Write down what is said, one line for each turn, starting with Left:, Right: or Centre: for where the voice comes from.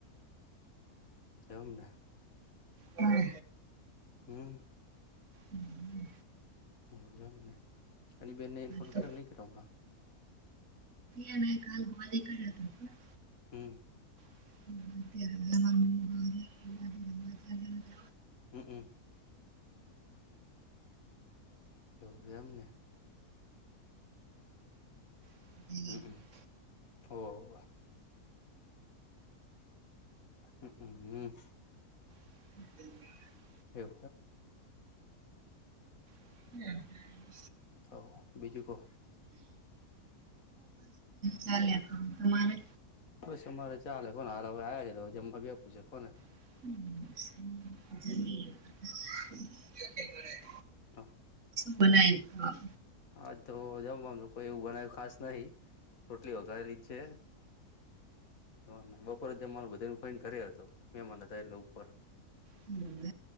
Left: એમને.
Right: હમ્મ.
Left: હમ્મ.
Right: હમ્મ.
Left: એ એમને એની બેન ઇનફોન
Right: તો
Left: કર્યો નહી કરીયો હમણાં?
Right: એ નહી કાલ બોદે કરા થા.
Left: હમ્મ.
Right: <inaudible>
Left: હમ્મ અમ્મ. હો એમને.
Right: હતો
Left: હમ્મ અમ્મ હો આ. હમ્મ અમ્મ.
Right: <inaudible>
Left: કેમ
Right: <inaudible>
Left: અહો બીજું કો?
Right: ચાલયા હ તમારે?
Left: બસ અમારે ચાલે કોને હ હવે આવ્યા છે તો જમવા બી આપું છે કોને.
Right: <inaudible>
Left: તો
Right: બનાય હ
Left: હા, તો જમવામ કોઈ એવું બનાવું ખાસ નહિ. રોટલી વઘારી છે <inaudible> બપોરે જમવાનું બધા ન ફોન કર્યો હતો મેમાન ને તેર ઉપર
Right: હમ્મ.